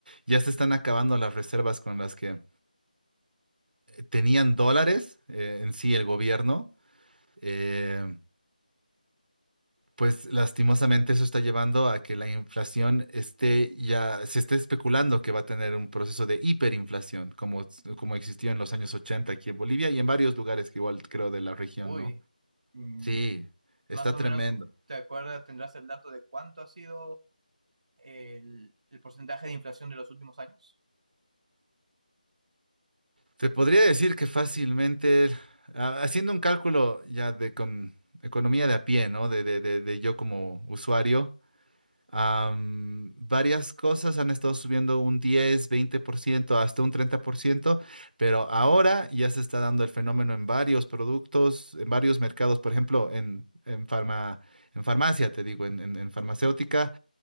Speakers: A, on the right; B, on the right.
A: ya se están acabando las reservas con las que eh, tenían dólares eh, en sí el gobierno. eh, Pues lastimosamente eso está llevando a que la inflación esté ya, se esté especulando que va a tener un proceso de hiperinflación, como, como existió en los años 80 aquí en Bolivia y en varios lugares que igual creo de la región,
B: uy.
A: ¿no?
B: Mm,
A: Sí, está
B: Más o
A: tremendo.
B: menos, ¿te acuerdas? ¿Tendrás el dato de cuánto ha sido el, el porcentaje de inflación de los últimos años?
A: Te podría decir que fácilmente, ah, haciendo un cálculo ya de con economía de a pie, ¿no? De, de, de, de yo como usuario, Am, varias cosas han estado subiendo un diez veinte por ciento hasta un treinta por ciento pero ahora ya se está dando el fenómeno en varios productos, en varios mercados, por ejemplo, en, en, farma- en farmacia, te digo, en, en- en farmacéutica,